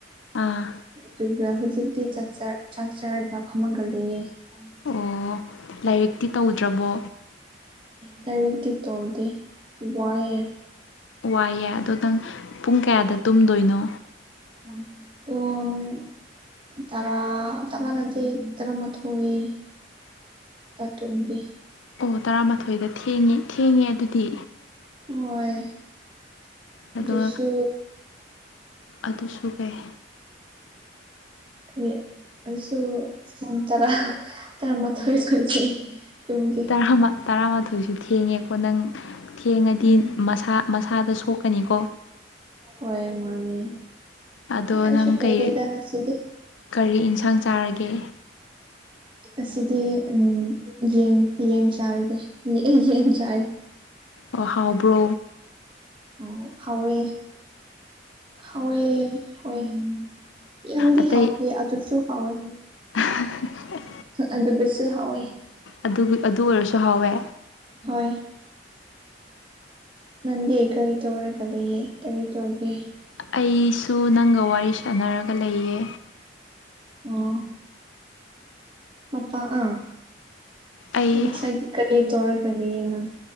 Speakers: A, on the left (about 75°); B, on the right (about 25°).
A: ꯑꯥ
B: ꯑꯗꯨꯒ ꯍꯧꯖꯤꯛꯇꯤ ꯆꯥꯛꯆ ꯆꯥꯛꯆꯥꯔꯒ ꯐꯝꯃꯨꯡꯗ ꯂꯩꯌꯦ <unintelligible>
A: ꯑꯣ ꯂꯥꯏꯔꯤꯛꯇꯤ ꯇꯧꯗ꯭ꯔꯕꯣ
B: ꯂꯥꯏꯔꯤꯛꯇꯤ ꯇꯧꯗꯦ ꯋꯥꯏ
A: ꯋꯥꯏꯑꯦ ꯑꯗꯣ ꯅꯪ ꯄꯨꯡ ꯀꯌꯥꯗ ꯇꯨꯝꯗꯣꯏꯅꯣ
B: <unintelligible> ꯇꯔꯥ ꯇꯔꯥ ꯅꯠꯇꯦ ꯇꯔꯥꯃꯊꯣꯏꯋꯏ <unintelligible>
A: ꯑꯣ ꯇꯔꯥꯃꯥꯊꯣꯏꯗ ꯊꯦꯡꯉꯦ ꯊꯦꯡꯉꯦ ꯑꯗꯨꯗꯤ
B: ꯍꯣꯏ
A: ꯑꯗꯣ
B: ꯑꯗꯨꯁꯨ
A: ꯑꯗꯨꯁꯨ ꯀꯩ
B: <unintelligible> ꯑꯗꯨꯁꯨ ꯄꯨꯡ ꯇꯔꯥ ꯇꯔꯥꯃꯥꯊꯥꯏ <unintelligible>
A: ꯥ ꯇꯔꯥꯃꯥꯊꯣꯏꯁꯨ ꯊꯦꯡꯉꯦꯀꯣ ꯅꯪ ꯊꯦꯡꯉꯗꯤ
B: ꯎꯝ
A: ꯃꯁꯥ ꯃꯁꯥꯗ ꯁꯣꯛꯀꯅꯤꯀꯣ
B: ꯍꯣꯏ ꯃꯥꯅꯦ
A: ꯑꯗꯣ
B: ꯀꯩꯁꯨ
A: ꯅꯪ
B: ꯀꯥꯏꯗꯦꯗ
A: ꯀꯩ
B: ꯉꯁꯤꯗꯤ
A: ꯀꯔꯤ ꯏꯟꯁꯥꯡ ꯆꯥꯔꯒꯦ
B: ꯑꯁꯤꯗꯤ ꯎꯝ ꯌꯦꯡ ꯆꯥꯔꯒꯦ ꯌꯦꯡ ꯆꯥꯔꯦ
A: ꯑꫭ ꯍꯥꯎꯕ꯭ꯔꯣ
B: ꯑꯣ ꯍꯥꯎꯋꯦ ꯍꯥꯎꯋꯦ ꯍꯣꯏ ꯌꯥꯝꯗꯤ
A: ꯑꯇꯩ
B: ꯍꯥꯎꯇꯦ ꯑꯗꯨꯁꯨ ꯍꯥꯎꯋꯦ
A: <unintelligible>
B: ꯑꯗꯨꯗꯁꯨ ꯍꯥꯎꯋꯤ
A: ꯑꯗꯨ ꯑꯗꯨ ꯑꯣꯏꯔꯁꯨ ꯍꯥꯎꯋꯦ
B: ꯍꯣꯏ ꯅꯪꯗꯤ ꯀꯔꯤ ꯇꯧꯔꯒꯂꯩꯌꯦ ꯀꯔꯤ ꯇꯧꯒꯦ
A: ꯑꯩꯁꯨ ꯅꯪꯒ ꯋꯥꯔꯤ ꯁꯥꯟꯅꯔꯒ ꯂꯩꯌꯦ
B: ꯑꯣ ꯃꯄꯥ ꯑꯥ
A: ꯑꯩ
B: ꯉꯁꯥꯏꯒꯤ ꯀꯂꯤ ꯇꯧꯔꯒꯅꯤ ꯌꯦꯡꯉꯝ